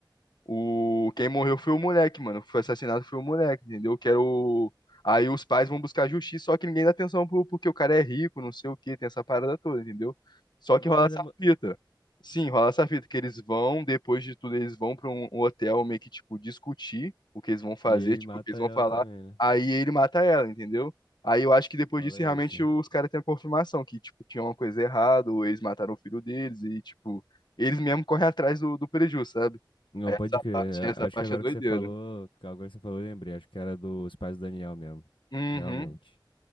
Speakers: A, on the left (about 60°); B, on the left (about 85°).
A: O... Quem morreu foi o moleque, mano. Foi assassinado foi o moleque, entendeu? Que era o... Aí os pais vão buscar justiça, só que ninguém dá atenção pro... porque o cara é rico, não sei o quê, tem essa parada toda, entendeu? Só
B: mas
A: que rola
B: Mas,
A: essa
B: é... mu-
A: fita. Sim, rola essa fita, que eles vão, depois de tudo, eles vão pra um um hotel meio que, tipo, discutir o que eles vão fazer,
B: E aí
A: tipo,
B: mata
A: o que eles vão
B: ela
A: falar.
B: também, né?
A: Aí ele mata ela, entendeu? Aí eu acho que depois
B: Fala
A: disso, realmente,
B: isso, né?
A: os caras têm a confirmação que, tipo, tinha uma coisa errada, ou eles mataram o filho deles, e, tipo, eles mesmo correm atrás do, do prejuízo, sabe?
B: Não,
A: Essa
B: pode crer.
A: parte, essa
B: A- Acho
A: parte
B: que agora
A: é doideira.
B: que você falou, que agora que você falou, eu lembrei. Acho que era dos pais do Daniel mesmo.
A: Uhum.
B: Realmente.